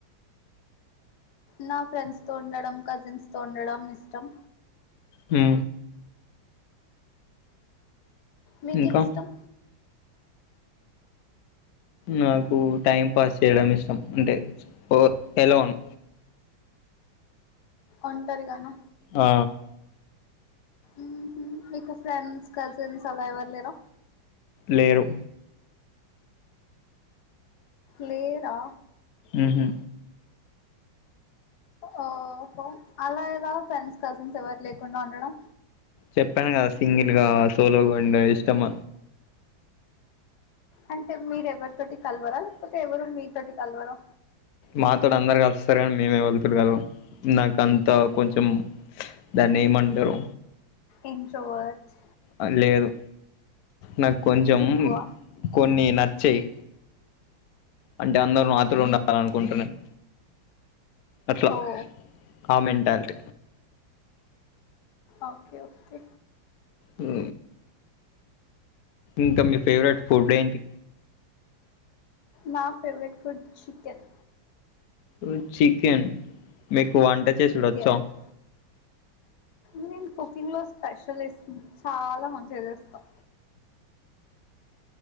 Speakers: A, on the left; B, on the left.
A: నా ఫ్రెండ్స్ తో ఉండడం కజిన్స్ తో ఉండడం ఇష్టం
B: హు
A: మీకే
B: ఇంకా
A: మిష్టం
B: నాకు టైం పాస్ చేయడం ఇష్టం అంటే ఓ ఎలోన్
A: ఒంటరిగాన
B: ఆ
A: ఉహు మీకు ఫ్రెండ్స్ కజిన్స్ అలా ఎవ్వరు లేర
B: లేరు
A: లేరా
B: ఉ హు
A: ఓహో అలా ఎలా ఫ్రెండ్స్ కజిన్స్ ఎవరు లేకుండా ఉండడం
B: చెప్పాను కదా సింగిల్ గా సోలోగా ఉండే ఇష్టమ్
A: అంటే మీరెవరితోటి కలవరా లేపోతే ఎవరు మీతోటి కలవరా
B: మాతోడు అందరు కలిస్తారు కాని మేము ఎవాళ్లతోటి కలవం నాకు అంతా కొంచెం ధాన్ని ఏమంటారు
A: ఇన్ చోవచ్చా
B: అని లేదు నాకు కొంచెం
A: సిగ్గువా
B: కొన్ని నచ్చాయి అంటే అందరూ నాతోటి ఉండాలి అనుకుంట న్నేను అట్లా
A: ఓ
B: ఆ మెంటాలిటీ
A: ఓకే ఓకే
B: హు ఇంకా మీ ఫేవరెట్ ఫుడ్ ఏంటి
A: నా ఫేవరెట్ ఫుడ్ చికెన్
B: ఓ చికెన్ మీకు వంట చేసుడొచ్చా
A: ఎస్ నేను కుకింగ్ లో స్పెషలిస్టును చాలా మంచిగా చేస్తాం